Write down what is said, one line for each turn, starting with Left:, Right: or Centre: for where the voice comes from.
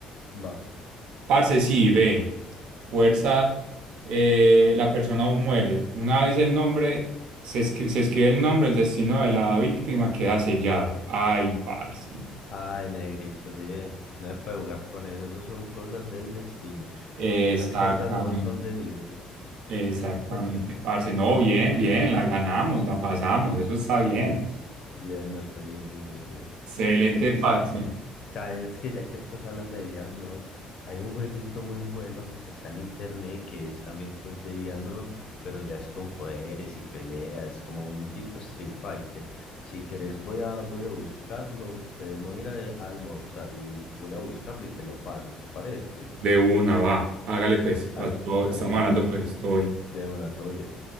Left: Va.
Right: Parce, sí, ve, fuerza, eh, la persona aún muere. Una vez el nombre, se, escri- se escribe el nombre, el destino de la víctima queda sellado. Ay, parce.
Left: Ay, negrito, sí, eh, no se puede jugar con eso. Esas son cosas del destino.
Right: Exactamente,
Left: Esas cosas no son de Dios.
Right: exactamente,
Left: <laughs>
Right: parce. No, bien, bien, la ganamos, la pasamos, eso está
Left: Sí,
Right: bien.
Left: bien, nos fue bien, bien, bien.
Right: Excelente,
Left: Ey, sa-
Right: parce.
Left: Sabes que ya que estás hablando de Death hay un jueguito muy bueno que está en internet que es también co- de Death Note, pero ya es con poderes y peleas, como un tipo Street Fighter. Si quieres, voy a, voy a buscarlo, eh, me voy a ir a, a almorzar y voy a buscarlo y te lo paso, ¿te parece?
Right: De una, va, hágale pues, pa-
Left: Há-
Right: todo-
Left: Hágale
Right: estamos hablando
Left: pues,
Right: pues, todo bien.
Left: de una, todo bien.